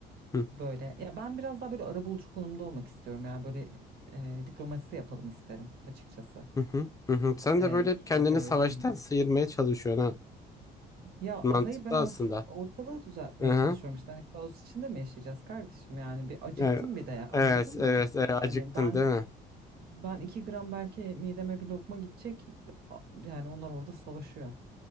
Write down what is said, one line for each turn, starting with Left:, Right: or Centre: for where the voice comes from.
Left: Hı,
Right: böyle ya ben biraz daha böyle arabulucu konumda olmak istiyorum. Yani böyle e, diplomasi yapalım isterim açıkçası.
Left: hı, hı, hı, hı. Sen
Right: Ee,
Left: de böyle
Right: yiyecekler
Left: hep kendini
Right: arasında.
Left: savaştan sıyırmaya çalışıyorsun ha.
Right: Ya
Left: Mantıklı
Right: hayır ben orta,
Left: aslında.
Right: ortalığı düzeltmeye
Left: Hı hı.
Right: çalışıyorum işte. Hani kaos içinde mi yaşayacağız kardeşim? Yani bir acıktım
Left: Evet,
Right: bir de ya, anladın
Left: evet,
Right: mı?
Left: evet, evet,
Right: Hani
Left: acıktın
Right: ben
Left: değil mi?
Right: ben iki gram belki mideme bir lokma gidecek. a- Yani onlar orada savaşıyor.